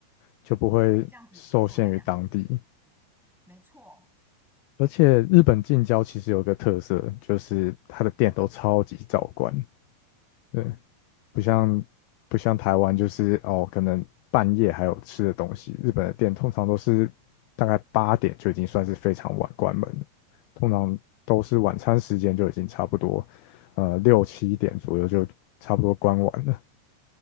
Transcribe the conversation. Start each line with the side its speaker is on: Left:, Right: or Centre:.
Left: 就不会受限于当地。
Centre: 对，这样子对我来讲，没错，
Left: 而且日本近郊其实有个特色，就是它的店都超级早关。对，不像不像台湾，就是哦，可能半夜还有吃的东西。日本的店通常都是大概八点就已经算是非常晚关门了，通常都是晚餐时间就已经差不多，呃，六七点左右就差不多关完了。